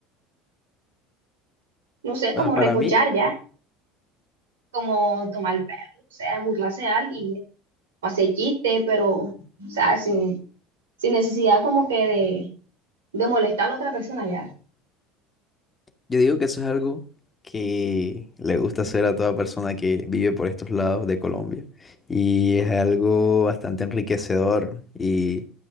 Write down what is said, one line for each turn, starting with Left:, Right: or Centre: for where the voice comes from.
Right: No sé, como
Left: Bueno, para
Right: recochar
Left: mí,
Right: ya, como tomar el perro, o sea, burlarse de alguien, o hacer chiste, pero, o sea, sin, sin necesidad como que de, de molestar a la otra persona ya.
Left: Yo digo que eso es algo que le gusta hacer a toda persona que vive por estos lados de Colombia. Y es algo bastante enriquecedor y